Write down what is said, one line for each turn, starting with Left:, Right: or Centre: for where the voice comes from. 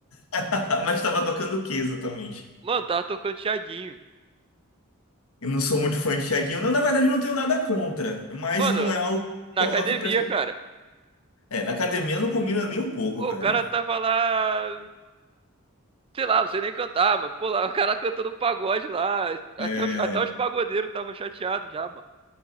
Left: <laughs> Mas tava tocando o que exatamente?
Right: Mano, tava tocando Thiaguinho.
Left: Eu não sou muito fã de Thiaguinho. Não, na verdade, eu não tenho nada contra, mas
Right: Mano,
Left: não é algo que
Right: na
Left: coloque
Right: academia,
Left: pra.
Right: cara.
Left: É, na academia não combina nem um pouco,
Right: O
Left: velho.
Right: cara tava lá, sei lá, não sei nem cantar, mas pô, lá, o cara cantando pagode lá. Até
Left: É,
Right: os, até os pagodeiros tava chateado já, mano.